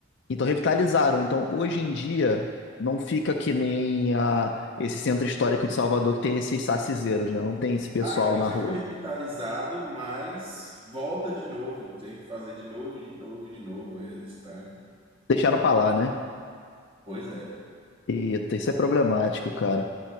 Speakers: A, on the left; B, on the right.
A: Então revitalizaram. Então hoje em dia não fica que nem a, esse centro histórico de Salvador que tem esses sacizeiros, né? Não tem esse pessoal
B: Aqui
A: na
B: já
A: rua.
B: foi revitalizado, mas volta de novo. Tem que fazer de novo, de novo, de novo. É estranho.
A: Deixaram pra lá, né?
B: Pois é.
A: Eita, isso é problemático, cara.